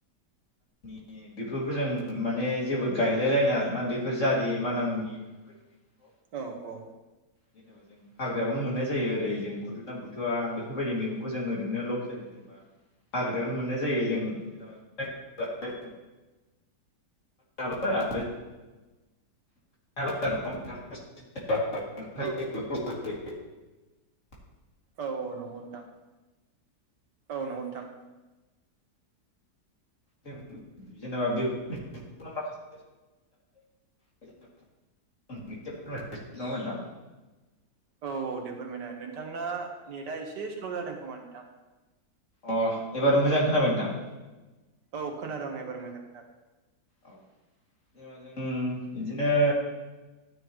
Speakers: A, on the left (about 45°); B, on the right (about 80°).
A: नि बेफोरखौ जों माने जेबो गायलायलायनाङा आरोना बेफोर जारि माना मुनि ज <inaudible> <unintelligible>
B: औ औ
A: जेने'बा जों हाग्रायावनो मोननाय जायो ओरै जों खुदुना बुथुवा बेफोरबायदि मैगंखौ जों ओरैनो लकेल जेनेबा हाग्रायावनो मोननाय जायो जों जेनेबा आ <inaudible> <inaudible> <unintelligible>
B: औ औ औ नंगौ नोंथां औ नंगौ नोथां
A: जों जेनेबा बे माखासे <unintelligible> <inaudible> <unintelligible> <inaudible> नङाहोनबा नोंथां।
B: औ औ दे फोरमायना हो नोंथांना नेटआ एसे स्ल' जादों खोमा नोंथां
A: अ एबार मोजां खोनाबाय नोंथां
B: औ खोनादों एबार मोजां खोनादों
A: औ जेनेबा जों इदिनो